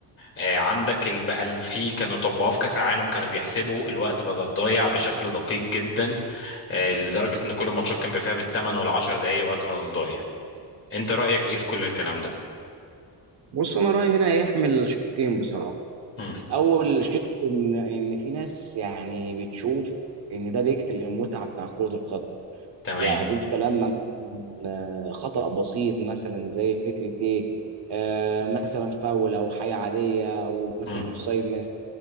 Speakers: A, on the left; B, on the right.
A: آه، عندك ال- بقى ال- في كانوا طبقوه في كاس العالم كانوا بيحسبوا الوقت بدل الضايع بشكل دقيق جدا آه، لدرجة ان كل الماتشات كان بيبقى فيها بالثمان والعشر دقايق وقت بدل ضايع انت رأيك ايه في كل الكلام ده
B: بص انا رايي هنا يحمل شقين بصراحه
A: مم.
B: اول شق ان ان في ناس يعني بتشوف ان ده بيقتل المتعه بتاعت كره القدم
A: تمام
B: يعني انت لما مثلا آه، خطا بسيط مثلا زي فكره ايه آه، مثلا فاول او حاجه عاديه او مثلا
A: مم.
B: اوفسايد ما